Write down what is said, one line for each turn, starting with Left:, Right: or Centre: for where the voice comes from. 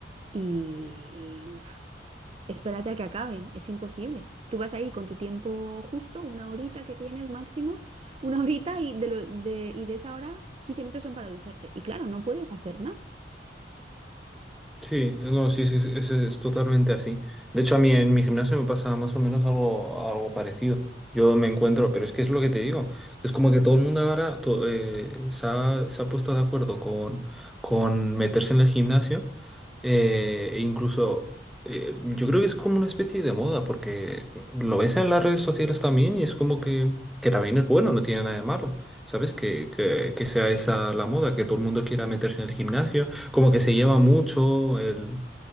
Right: y... uf, Espérate a que acaben, es imposible. Tú vas ahí con tu tiempo justo, una horita que tienes máximo, <laughs> una horita y de, lo- de- y de esa hora 15 minutos son para ducharte. Y claro, no puedes hacer nada.
Centre: Sí, no, sí, sí, sí, es, es totalmente así. De hecho, a mí en mi gimnasio me pasa más o menos algo, algo parecido. Yo me encuentro, pero es que es lo que te digo. Es como que todo el mundo ahora to- eh, se ha, se ha puesto de acuerdo con, con meterse en el gimnasio. eh, e incluso, eh, yo creo que es como una especie de moda, porque lo ves en las redes sociales también y es como que, que también es bueno, no tiene nada de malo. ¿Sabes? Que, que, que sea esa la moda, que todo el mundo quiera meterse en el gimnasio como que se lleva mucho el,